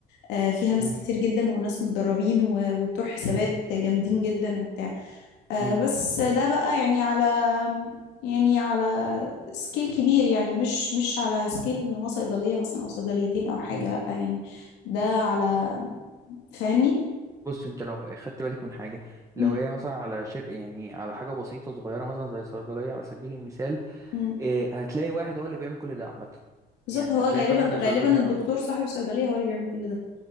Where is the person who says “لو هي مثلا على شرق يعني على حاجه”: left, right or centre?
Right